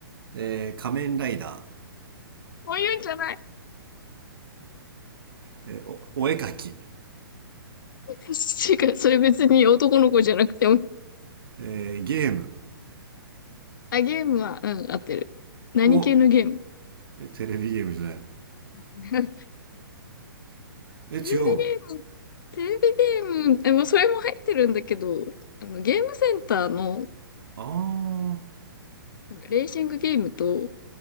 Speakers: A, on the right (about 70°); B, on the left (about 60°).
A: えー仮面ライダ
B: そういうんじゃない。
A: ー。えーお、お絵描き。
B: 違う、それ別に男の子じゃなくても。
A: えーゲーム。
B: あ、ゲームは、うん、合ってる。何系のゲーム
A: お、え、テレビゲームじゃないの
B: <laughs>
A: え、
B: テレビゲーム、
A: 違うの
B: テレビゲーム、え、まあ、それも入ってるんだけど、あの、ゲームセンターの、
A: あー。
B: なんかレーシングゲームと、